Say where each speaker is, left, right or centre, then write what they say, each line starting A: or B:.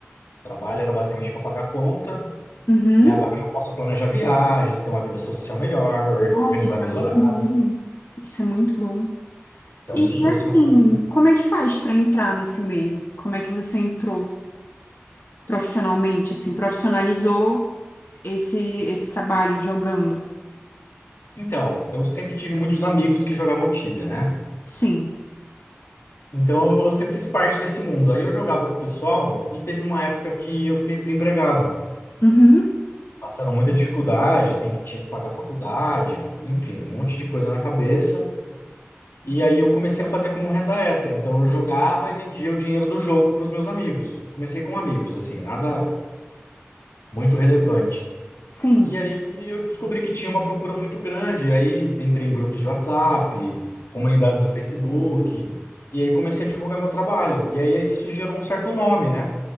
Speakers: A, on the left (about 80°); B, on the left (about 55°).
A: o trabalho era basicamente para pagar conta,
B: Uhum.
A: e agora eu já posso planejar viagens, ter uma vida social melhor, organizar
B: Nossa, isso
A: meus
B: é muito
A: horários.
B: bom. Isso é muito bom.
A: Então,
B: E
A: isso trouxe
B: assim,
A: uma <unintelligible>
B: como é que faz para entrar nesse meio? Como é que você entrou profissionalmente, assim, profissionalizou esse esse trabalho jogando?
A: então, eu sempre tive muitos amigos que jogavam Tibia, né?
B: Sim.
A: Então, eu sempre fiz parte desse mundo. Aí eu jogava com o pessoal e teve uma época que eu fiquei desempregado.
B: Uhum.
A: passaram muita dificuldade, tem, que- tinha que pagar faculdade, enfim, um monte de coisa na cabeça. E aí eu comecei a fazer como renda extra. Então eu jogava e vendia o dinheiro do jogo para os meus amigos. Comecei com amigos, assim, nada muito relevante.
B: Sim.
A: E aí eu descobri que tinha uma procura muito grande. E aí entrei em grupos de WhatsApp, comunidades do Facebook. E aí comecei a divulgar meu trabalho. E aí isso gerou um certo nome, né?